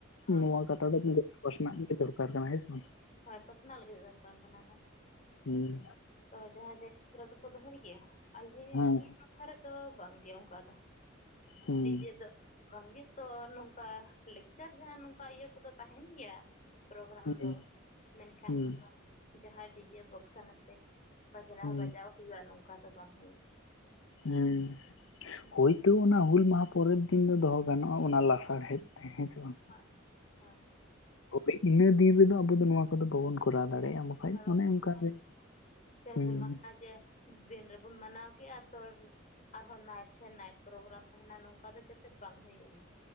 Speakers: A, on the left (about 40°); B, on the left (about 70°).
A: ᱦᱳᱭ
B: ᱱᱚᱣᱟ ᱠᱟᱛᱷᱟ ᱫᱚ ᱯᱟᱥᱱᱟᱜ ᱜᱮ ᱫᱚᱨᱠᱟᱨ ᱠᱟᱱᱟ ᱦᱮᱸ ᱥᱮ ᱵᱟᱝ᱾
A: ᱦᱳᱭ ᱯᱟᱥᱱᱟᱜ ᱞᱟᱹᱜᱤᱫ ᱫᱚᱨᱠᱟᱨ ᱠᱟᱱᱟ ᱦᱳᱭ᱾
B: ᱦᱮᱸ᱾
A: ᱛᱚ ᱡᱟᱦᱟᱸ ᱡᱟᱭᱜᱟ ᱠᱚᱨᱮ ᱫᱚᱠᱚ ᱫᱚᱦᱚᱭ ᱜᱮᱭᱟ ᱟᱞᱮ
B: ᱦᱮᱸ
A: ᱱᱤᱭᱟᱸ, ᱛᱷᱟ ᱨᱮᱫᱚ ᱵᱟᱝ ᱜᱮ ᱚᱱᱠᱟ ᱫᱚ
B: ᱦᱩᱸ
A: ᱰᱤᱡᱮ ᱫᱚ᱾ ᱜᱚᱝᱜᱮ ᱛᱚ ᱱᱚᱝᱠᱟ ᱞᱮᱠᱪᱟᱨ ᱡᱟᱦᱟᱸ ᱱᱚᱝᱠᱟ ᱤᱭᱟᱹ ᱠᱚᱫᱚ ᱛᱟᱦᱮᱱ ᱜᱮᱭᱟ᱾ ᱯᱨᱳᱜᱨᱟᱢ
B: ᱦᱩᱸ
A: ᱫᱚ ᱢᱮᱱᱠᱷᱟᱱ
B: ᱦᱩᱸ
A: ᱱᱚᱝᱠᱟ ᱡᱟᱦᱟᱸᱭ ᱰᱤᱡᱮ ᱵᱚᱠᱥ ᱟᱱᱮᱛᱮ᱾ ᱵᱟᱡᱱᱟ
B: ᱦᱩᱸ
A: ᱦᱚᱸ ᱵᱟᱡᱟᱣ ᱦᱩᱭᱩᱜᱼᱟ ᱱᱚᱝᱠᱟ ᱫᱚ ᱵᱟᱝ ᱦᱩᱭᱩᱜ ᱜᱮᱭᱟ᱾
B: ᱦᱮᱸ
A: ᱦᱩᱸ
B: ᱦᱳᱭ, ᱛᱳ ᱚᱱᱟ ᱦᱩᱞ ᱢᱟᱦᱟᱸ ᱯᱚᱨᱮᱨ ᱫᱤᱱ ᱫᱚ ᱫᱚᱦᱚ ᱜᱟᱱᱚᱜᱼᱟ᱾ ᱚᱱᱟ ᱞᱟᱥᱟᱲᱦᱮᱫ ᱛᱮ ᱦᱮᱸᱥᱮ ᱵᱟᱝ᱾
A: ᱦᱚᱭ ᱦᱮᱸ᱾
B: ᱦᱳᱭ ᱤᱱᱟᱹ ᱫᱤᱱ ᱨᱮᱫᱚ ᱟᱵᱚ ᱫᱚ ᱱᱚᱣᱟ ᱠᱚᱫᱚ ᱵᱟᱵᱚᱱ ᱠᱚᱨᱟᱣ ᱫᱟᱲᱮᱭᱟᱜᱼᱟ᱾ ᱵᱟᱠᱷᱟᱡ
A: ᱦᱚᱲ ᱵᱟᱵᱚᱱ
B: ᱚᱱᱮ ᱚᱱᱠᱟᱜᱮ
A: ᱠᱚᱨᱟᱣ ᱞᱮᱼᱟ ᱥᱮ
B: ᱦᱩᱸ
A: ᱦᱩᱞ ᱢᱟᱦᱟᱸ ᱡᱮ, ᱫᱤᱱ ᱨᱮᱵᱚᱱ ᱢᱟᱱᱟᱣ ᱠᱮᱜᱼᱟ ᱛᱚ᱾ ᱟᱨᱦᱚᱸ ᱱᱟᱭᱤᱴ ᱥᱮ ᱱᱟᱭᱤᱴ ᱯᱨᱳᱜᱨᱟᱢ ᱛᱟᱦᱮᱱᱟ ᱱᱚᱝᱠᱟ ᱫᱚ ᱡᱟᱛᱮ ᱵᱟᱝ ᱦᱩᱭᱩᱜ ᱢᱟ